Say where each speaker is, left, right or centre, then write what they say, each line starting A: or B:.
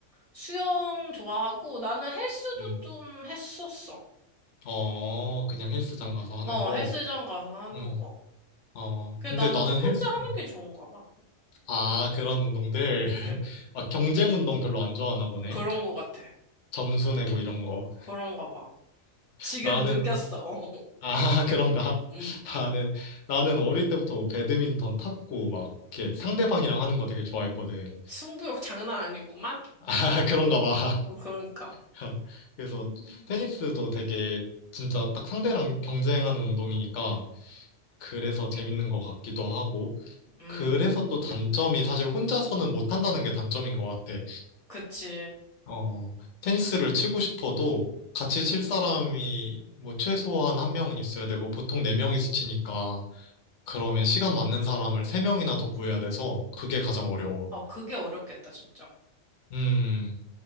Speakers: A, on the left; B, on the left.
A: 수영 좋아하고 나는 헬스도
B: 음,
A: 좀 했었어.
B: 어, 그냥 헬스장 가서 하는
A: 어,
B: 거.
A: 헬스장 가서 하는
B: 음,
A: 거.
B: 어,
A: 그래,
B: 근데
A: 나는
B: 나는
A: 혼자
B: 헬스,
A: 하는
B: 음,
A: 게 좋은가 봐.
B: 아, 그런 운동들. <laughs>
A: 응.
B: 막 경쟁 운동 별로 안 좋아하나 보네.
A: 그런 것 같아.
B: 점수 내고 이런 거.
A: 그런가 봐. 지금
B: 나는
A: 느꼈어. 어. <laughs>
B: 아, <laughs> 그런가?
A: 음.
B: <laughs> 나는, 나는 어릴 때부터 배드민턴 탔고, 막, 이렇게 상대방이랑 하는 거 되게 좋아했거든.
A: 승부욕 장난 아니구만?
B: <laughs> 아, 그런가 봐.
A: 어, 그러니까.
B: <laughs> 그래서
A: 음.
B: 테니스도 되게 진짜 딱 상대랑 경쟁하는 운동이니까, 그래서 재밌는 것 같기도 하고,
A: 음.
B: 그래서 또 단점이 사실 혼자서는 못 한다는 게 단점인 것 같아.
A: 그치.
B: 어, 테니스를 치고 싶어도 같이 칠 사람이 뭐 최소한 한 명은 있어야 되고, 보통 네 명이서 치니까, 그러면 시간 맞는 사람을 세 명이나 더 구해야 돼서 그게 가장 어려워.
A: 어, 그게 어렵겠다, 진짜.
B: 음,